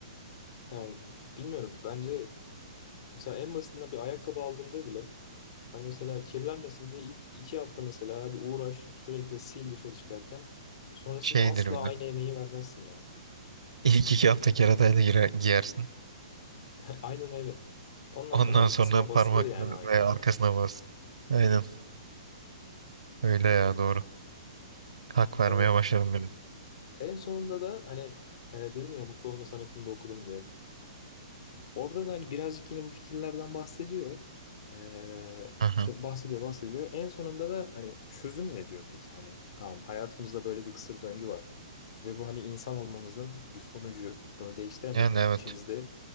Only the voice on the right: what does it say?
şeydir
bir
de.
<laughs> İlk iki hafta keratayla girer, giyersin.
Ondan
sonra
parmakla
veya arkasına bas. Aynen öyle ya doğru. Hak vermeye
başladım biraz.
Aha.
Yani
evet.